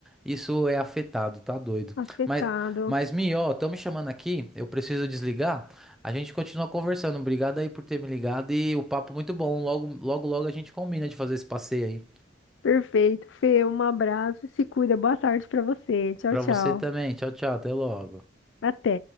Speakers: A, in the centre; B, on the left.
A: isso é afetado, tá doido.
B: afetado.
A: Mas, mas Mi, ó, estão me chamando aqui, eu preciso desligar. A gente continua conversando. Obrigado aí por ter me ligado e o papo muito bom. Logo, logo, logo a gente combina de fazer esse passeio aí.
B: Perfeito. Fê, um abraço, se cuida. Boa tarde pra você. Tchau,
A: Pra
B: tchau.
A: você também. Tchau, tchau. Até logo.
B: Até.